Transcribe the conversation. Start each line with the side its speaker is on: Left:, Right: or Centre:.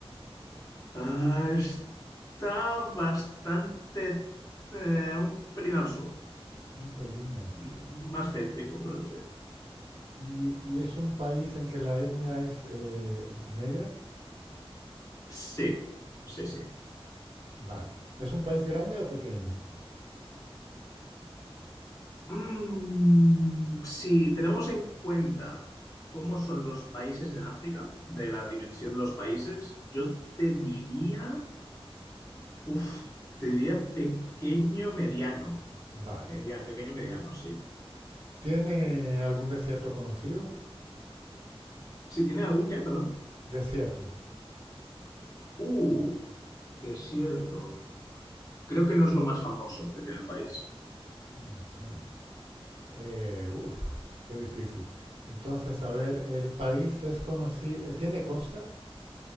Left: Ah, está bastante, eh, un pelín al sur,
Right: Un pelín al sur.
Left: Mm, más céntrico, pero sí.
Right: ¿Y, y es un país en que la etnia es eh, negra?
Left: Sí, sí, sí.
Right: Vale. ¿Es un país grande o pequeño?
Left: Mm, si tenemos en cuenta cómo son los países en África, de la dimensión de los países, yo te diría, uff, te diría pequeño mediano.
Right: Vale.
Left: Media- pequeño mediano, sí.
Right: ¿Tiene algún desierto conocido?
Left: Si tiene algún qué, perdón.
Right: Desierto.
Left: Uh, desierto. Creo que no es lo más famoso que tiene el país.
Right: Ujú. Eh, uf, qué difícil. Entonces, a ver, ¿el país es conocido, eh, tiene costa?